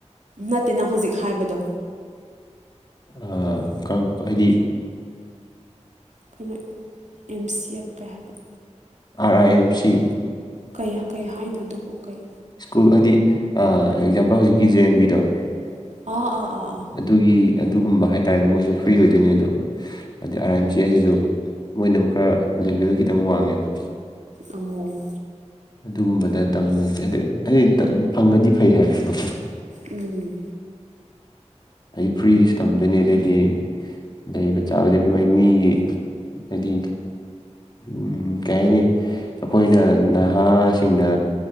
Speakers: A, on the right (about 75°); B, on the left (about 35°).
A: ꯅꯠꯇꯦ ꯅꯪ ꯍꯧꯖꯤꯛ ꯍꯥꯏꯕꯗꯣ
B: ꯑ ꯀꯔꯝ-ꯍꯥꯏꯗꯤ
A: ꯑꯩꯈꯣꯏꯅ ꯑꯦꯝ ꯁꯤ ꯑꯦꯕ ꯀ ꯍꯥꯏꯕ꯭ꯔꯥ
B: ꯑꯥꯔ ꯑꯥꯏ ꯑꯦꯝ ꯁꯤ
A: ꯀꯌꯥ ꯀꯩ ꯍꯥꯏꯅꯣ ꯑꯗꯨꯕꯣ ꯀꯩ
B: ꯁ꯭ꯀꯨꯜ ꯍꯥꯏꯗꯤ ꯑ ꯑꯦꯛꯖꯥꯝꯄꯜ ꯍꯧꯖꯤꯛꯀꯤ ꯖꯦ ꯑꯦꯟ ꯕꯤꯗꯣ
A: ꯑꫭ ꯑꫭ ꯑꫭ ꯑꫭ
B: ꯑꯗꯨꯒꯤ ꯑꯗꯨꯒꯨꯝꯕ ꯍꯥꯏꯇꯥꯔꯦꯅꯦ ꯃꯣꯏꯁꯨ ꯐ꯭ꯔꯤ ꯑꯣꯏꯗꯣꯏꯅꯦ ꯑꯗꯣ ꯍꯥꯗꯩ ꯑꯥꯔ ꯑꯥꯏ ꯑꯦꯝ ꯁꯤ ꯍꯥꯏꯁꯤꯁꯨ ꯃꯣꯏꯅ ꯑꯃꯨꯛ ꯈꯔ ꯂꯦꯕꯦꯜꯗ ꯈꯤꯇꯪ ꯋꯥꯡꯉꯦꯕ
A: ꯑꯣ
B: ꯑꯗꯨꯒꯨꯝꯕꯗ ꯇꯝꯕꯁꯦ ꯑꯗꯩ ꯑꯩ ꯐꯪꯉꯗꯤ ꯐꯩ ꯍꯥꯏꯕꯅꯤꯀꯣ
A: ꯎꯝ
B: ꯍꯥꯏꯗꯤ ꯐ꯭ꯔꯤꯗꯁꯨ ꯇꯝꯗꯣꯏꯅꯤ ꯑꯗꯨꯗꯩꯗꯤ ꯂꯩꯕ ꯆꯥꯕꯗꯤ ꯃꯣꯏ ꯃꯤꯒꯤ ꯍꯥꯏꯗꯤ ꯎ ꯀꯩ ꯍꯥꯏꯅꯤ ꯑꯩꯈꯣꯏꯅ ꯅꯍꯥꯁꯤꯡꯅ